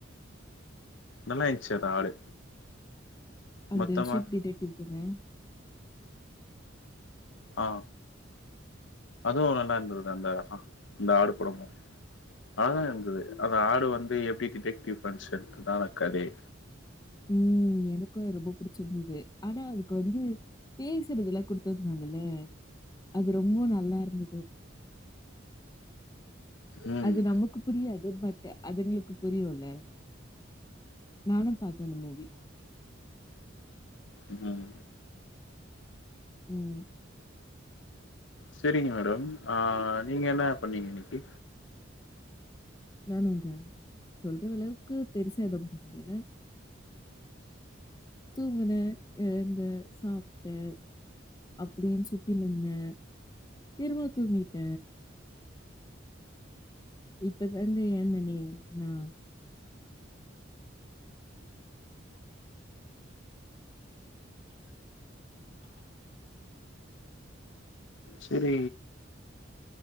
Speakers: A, on the left (about 70°); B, on the left (about 20°).
A: நல்லா இருந்ச்சி அந்த ஆடு
B: அந்த
A: மொத்தமா
B: ஷிப் டிடெக்டிவ் தானே
A: ஆ அதுவு நல்லாருந்ததுக்கா அந்த அந்த ஆடு படமு நல்லாதா இருந்தது அந்த ஆடு வந்து எப்டி டிடெக்டிவ் பண்ணிச்சின்ட்டுதா அந்த கதையே
B: ம் எனக் கு அது ரொம்ப புடிச்சிருந்தது ஆனா அதுக்கு வந்து பேசுறது எல்லா குடுத்துருந்தாங்கல்ல அது ரொம்ப நல்லா இருந்தது
A: ம்
B: அது நமக்கு புரியாது பட் அதுங்களுக்கு புரியு இல்ல நானும் பாத் த அந்த மூவி
A: ம்
B: ம்
A: செரிங்க மேடம் ஆ நீங்க என்ன பண்ணீங்க இன்னைக்கு
B: நானாங்க சொல்ற அளவுக்கு பெருசா எதுவு பண்ல தூங்குன எழுந்த சாப்ட்ட அப்டின்னு சுத்தின்னு இருந்த திரும்பவு தூங்கிட்ட இப்பதாங்க எழுந்தேனே நா
A: செரி